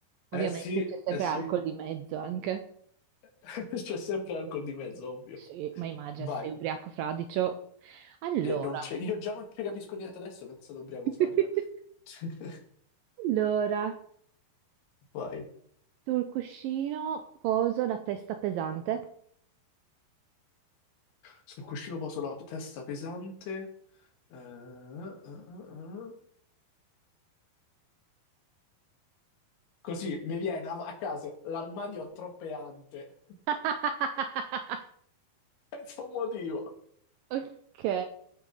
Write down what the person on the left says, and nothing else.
Eh
sì,
eh sì,
<laughs> c'è sempre alcol di mezzo, ovvio.
Vai.
Eh, non c'è- Io già non ci capisco niente adesso, penso ad ubriaco
fragile. <laughs>
Vai.
Sul cuscino poso la testa pesante. Eh, eh, eh, eh. Così mi viene a a caso, l'armadio ha troppe ante.
Senza un motivo.